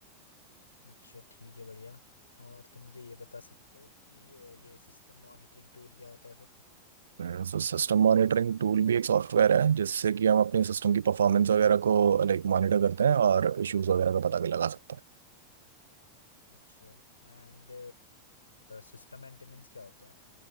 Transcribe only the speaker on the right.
हैं सो सिस्टम मॉनिटरिंग टूल भी एक सॉफ्टवेयर है जिससे कि हम अपने सिस्टम की परफॉर्मेंस वगैरह को लाइक मॉनिटर करते हैं और इश्यूज वगैरह का पता भी लगा सकते